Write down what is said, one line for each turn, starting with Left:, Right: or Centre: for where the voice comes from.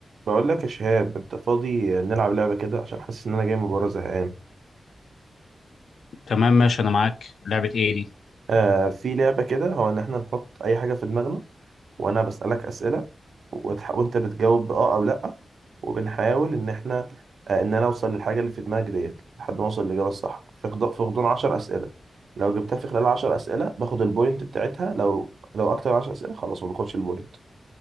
Right: بقول لك يا شهاب انت فاضي نلعب لعبه كده عشان حاسس ان انا جاي من بره زهقان
Left: تمام ماشي انا معاك لعبة ايه دي
Right: آه في لعبه كده هو ان احنا نحط اي حاجه في دماغنا وانا بسالك اسئله وتح... وانت بتجاوب باه او لا وبنحاول ان احنا آه ان انا اوصل للحاجه اللي في دماغك ديت لحد ما اوصل للاجابه الصح في خض... في غضون 10 اسئله لو جبتها في خلال 10 اسئله باخد البوينت بتاعتها لو لو اكتر من 10 اسئله خلاص ما باخدش البوينت